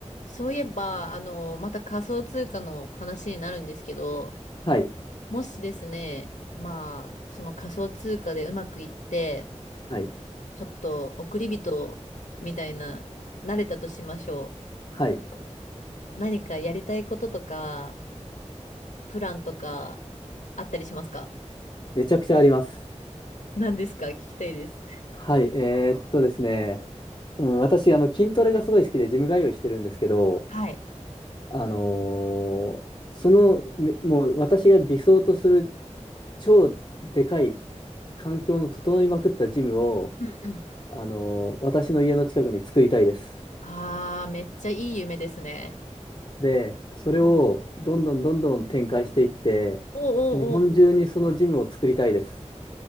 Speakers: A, on the left; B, on the left.
A: そういえば、あの、また仮想通貨の話になるんですけど、
B: はい、
A: もしですね、まあ、その仮想通貨でうまくいって、
B: はい、
A: ちょっと億り人みたいな、慣れたとしましょ
B: はい。
A: う。何かやりたいこととか、プランとか、あったりしますか
B: めちゃくちゃあります。
A: 何ですか聞きたいです。
B: はい、えーっとですね、うん、私、あの、筋トレがすごい好きで、ジム通いしてるんですけど、
A: はい。
B: あのーその、めもう私が理想とする超でかい環境の整いまくったジムを、
A: うんうん。
B: あのー私の家の近くに作りたいです。
A: ああ、めっちゃいい夢ですね。
B: で、それをどんどんどんどん展開していって、
A: うん。おおお、
B: 日本中にそのジムを作りたいです。